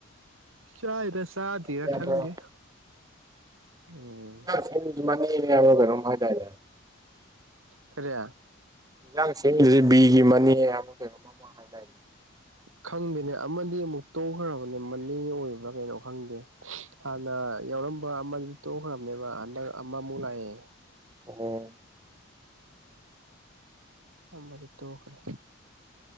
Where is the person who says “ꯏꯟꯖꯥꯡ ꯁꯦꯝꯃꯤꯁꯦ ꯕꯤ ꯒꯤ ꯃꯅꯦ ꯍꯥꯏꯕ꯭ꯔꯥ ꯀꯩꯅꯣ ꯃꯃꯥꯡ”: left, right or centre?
Right